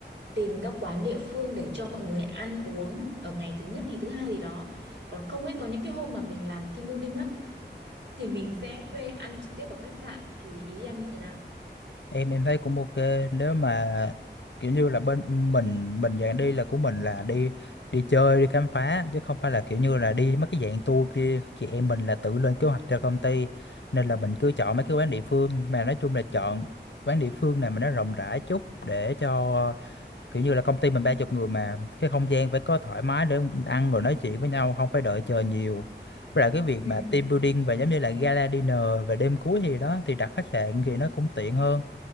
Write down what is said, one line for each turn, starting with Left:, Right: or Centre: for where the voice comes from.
Right: tìm các quán địa phương để cho mọi người ăn uống ở ngày thứ nhất ngày thứ hai gì đó còn không ấy có những cái hôm mà mình làm team building á thì mình sẽ thuê ăn trực tiếp ở khách sạn thì ý em như thế nào
Left: em em thấy cũng ok nếu mà kiểu như là bên mình mình dạng đi là của mình là đi đi chơi đi khám phá chứ không phải là kiểu như là đi mấy cái dạng tour kia chị em mình là tự lên kế hoạch cho công ty nên là mình cứ chọn mấy cái quán địa phương mà nói chung là chọn quán địa phương này mà nó rộng rãi chút để cho kiểu như là công ty mình ba chục người mà cái không gian phải có thoải mái để ăn rồi nói chuyện với nhau không phải đợi chờ nhiều với lại cái việc
Right: ừ
Left: mà team building và giống như là gala dinner và đêm cuối thì đó thì đặt khách sạn thì nó cũng tiện hơn